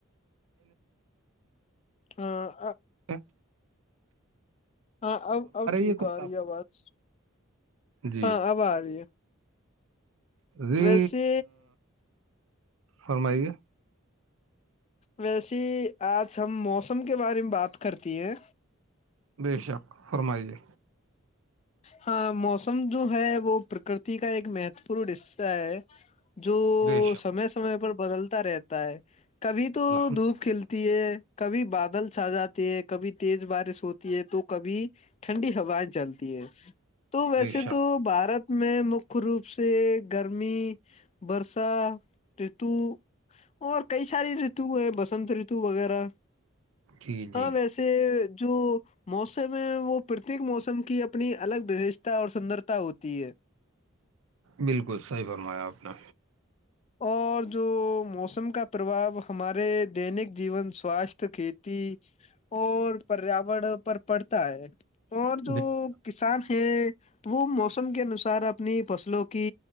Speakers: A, on the left; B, on the right.
A: ہاں
B: ہ <unintelligible>
A: ہاں اب اب ٹھیک
B: ہے کون
A: آ رہی
B: آپ
A: ہےآواز
B: جی
A: ہاں اب آ رہی ہے
B: جی
A: ویسے
B: فرمائیے
A: ویسیے آج ہم موسم کے بارے میں بات کرتی ہیں
B: بے شک فرمائیے
A: ہاں موسم جو ہے وہ پرکرتی کا ایک مہتوپورن حصہ ہے جو
B: بے شک
A: سمے سمے پر بدلتا رہتا ہے کبھی تو
B: الحمد
A: دھوپ کھلتی ہے کبھی بادل چھا جاتے ہے کبھی تیز بارش ہوتی ہے تو کبھی ٹھنڈی ہوائیں چلتی ہے تو ویسے
B: بے شک
A: تو بھارت میں مک روپ سے گرمی برسا رتو اور کئی ساری رتو ہیں بسنت رتو وغیرہ
B: جی جی
A: ہاں ویسے جو موسم ہے وہ پرتیک موسم کی اپنی الگ وشتا اور سندرتا ہوتی ہے
B: بالکل صحیح فرمایا آپ نے
A: اور جو موسم کا پربؤ ہمارے دینک جیون سواستھ کھیتی اور پریاور پر پڑتا ہے اور جو
B: بے شک
A: کسان ہیں وہ موسم کے انوسار اپنی فصلوں کی